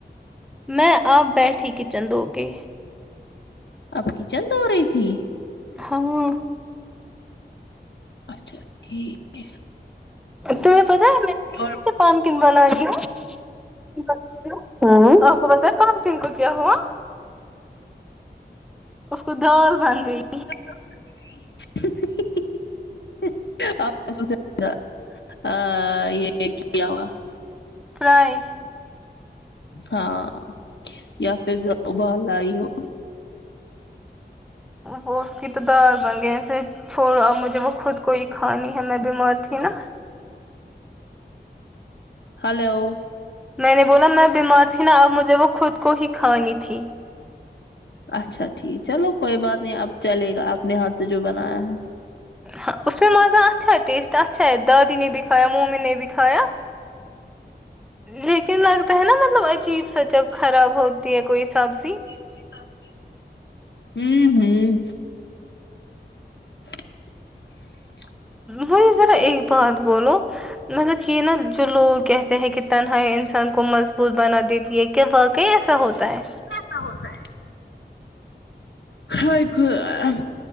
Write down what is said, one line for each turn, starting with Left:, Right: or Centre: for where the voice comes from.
Centre: میں اب بیٹھی کچن دھو کے
Left: آپ کچن دھو رہی تھی
Centre: ہاں
Left: اچھا ٹھیک
Centre: تمیں پتا ہے میں نے بولا
Left: اور
Centre: نہ جب پمکن والا لیو <unintelligible> ھممم آپ کو پتا ہے پمکن کو کیا ہوا اس کو دال بن گئی
Left: دال بن گئ آپ نیں اسکو زیادہ آ یہ کیا ہوگا
Centre: فرائی
Left: ہاں یا پھر زیا ابال لائی ہو
Centre: وہ اس کی تو دال بن گئی اسے چھوڑا اب مجھے وہ خود کوہی کھانی ہے میں بیمار تھی نہ
Left: ہلو
Centre: میں نے بولا میں بیمار تھی نہ اب مجھے وہ خود کو ہی کھانی تھی
Left: اچھا ٹھیک چلو کوئی بات نہیں اب چلے گا اپنے ہاتھ سے جو بنایا ہے
Centre: ہاں اس میں مزہ اچھا ہے ٹیسٹ اچھا ہے دادی نے بھی کھایا ممی نے بھی کھایا لیکن لگتا ہے نہ مطلب عجیب سا جب خراب ہوتی ہے کوئی سبزی
Left: کوئی سبزی ھمم ھمم <inaudible>
Centre: وہی ذرا ایک بات بولو مطلب یہ نہ جو لوگ کہتے ہیں کہ تنہائی انسان کو مضبوط بنا دیتی ہے کہ واقعی ایسا ہوتا ہے
Left: ایسا ہوتا ہے ہے کوئی